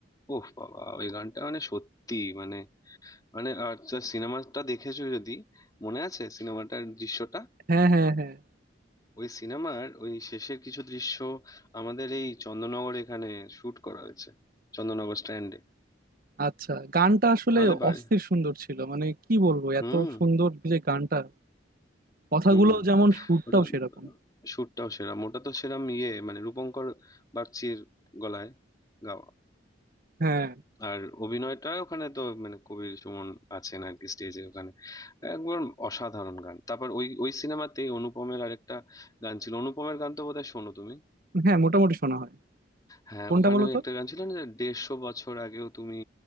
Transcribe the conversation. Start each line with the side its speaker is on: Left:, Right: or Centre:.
Left: ওহ বাবা ওই গানটা মানে সত্যি মানে মানে আর সিনেমাটা দেখেছো যদি মনে আছে সিনেমাটার দৃশ্যটা
Right: হ্যাঁ হ্যাঁ হ্যাঁ
Left: ওই সিনেমার ওই শেষের কিছু দৃশ্য আমাদের এই চন্দননগর এখানে শুট করা হয়েছে চন্দননগর স্ট্যান্ডে
Right: আচ্ছা গানটা আসলে
Left: আমাদের বাড়ি
Right: অস্থির সুন্দর ছিল মানে কি বলবো
Left: হুম
Right: এত সুন্দর যে গানটা কথাগুলো
Left: হুম
Right: যেমন সুরটাও
Left: ওটা
Right: সেরকম
Left: শুটটাও সেরাম ওটা তো সেরাম ইয়ে মানে রূপঙ্কর বাগচির গলায় গাওয়া
Right: হ্যাঁ
Left: আর অভিনয়টা ওখানে তো মানে কবির সুমন আছেন আর কি স্টেজে ওখানে একবার অসাধারণ গান তারপর ওই ওই সিনেমাতেই অনুপমের আরেকটা গান ছিল অনুপমের গান তো বোধহয় শোনো তুমি
Right: হ্যাঁ মোটামুটি শোনা হয়
Left: হ্যাঁ
Right: কোনটা
Left: ওখানে
Right: বলো
Left: ওই
Right: তো
Left: একটা গান ছিল না যে দেড়শো বছর আগেও তুমি